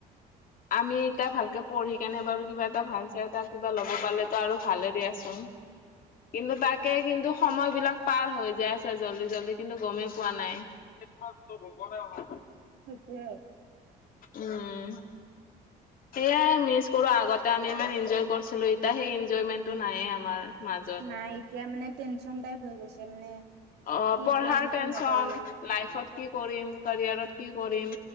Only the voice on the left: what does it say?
আমি এতিয়া ভালকে পঢ়ি কিনে বাৰু কিবা এটা ভাল চাই এটা কিবা ল'ব পালে তো আৰু ভালেই দিয়াচোন। কিন্ত তাক তাকে কিন্তু সময় বিলাক পাৰ হৈ যাই আছে জল্দি, জল্দি কিন্তু গমেই পোৱা নাই। <unintelligible>
উম, সেয়াই মিছ কৰো আগতে আমি ইমান ইনজয় কৰিছিলোঁ এতিয়া সেই ইনজয়মেন্টটো নাইয়ে আমাৰ মাজত।
অ'পঢ়াৰ
টেনচন।
লাইফত কি কৰিম, কৰিয়াৰত কি কৰিম